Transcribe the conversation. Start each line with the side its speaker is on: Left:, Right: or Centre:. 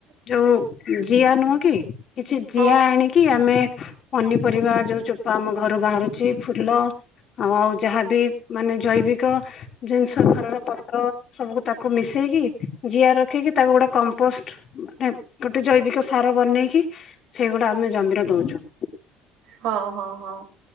Left: ଯୋଉ ଜିଆ ନୁହଁ କି? କିଛି ଜିଆ
Right: ହଁ
Left: ଆଣି କି ଆମେ ପନିପରିବା ଯୋଉ ଚୋପା ଆମ ଘରୁ ବାହାରୁଚି, ଫୁଲ ଆଉ ଯାହାବି ମାନେ ଜୈବିକ ଜିନିଷ ଘରର ପତ୍ର ସବୁକୁ ତାକୁ ମିଶେଇକି ଜିଆ ରଖିକି ତାକୁ ଗୋଟେ କମ୍ପୋଷ୍ଟ ମାନେ ଗୋଟେ ଜୈବିକ ସାର ବନେଇକି ସେଇଗୁଡ଼ା ଆମେ ଜମିରେ ଦୋଉଛୁ।
Right: ହଁ ହଁ ହଁ